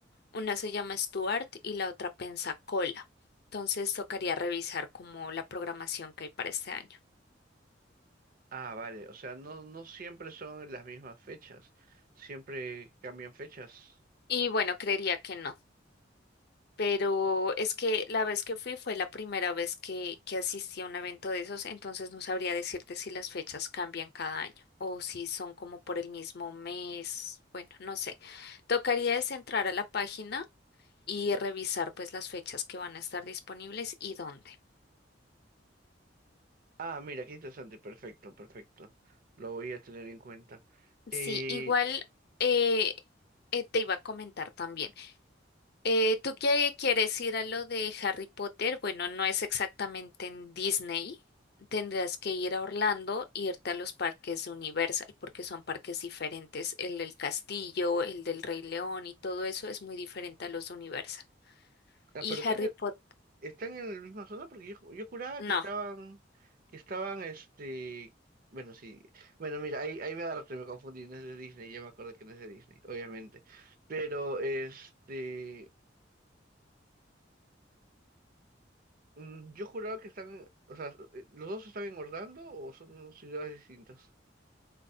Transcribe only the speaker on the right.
Ah, vale, o sea, no, no siempre son en las mismas fechas, siempre cambian fechas.
Ah, mira, qué interesante, perfecto, perfecto. Lo voy a tener en cuenta. Eh,
ah,
pero están,
en-
están en la misma zona porque yo, ju- yo juraba
que estaban, que estaban, este, bueno, sí. Bueno, mira, ahí, ahí me agarraste, me confundí, no es de Disney, ya me acordé que no es de Disney, obviamente. Pero, este, mm, yo juraba que están, o sea, eh, ¿los dos están en Orlando o son ciudades distintas?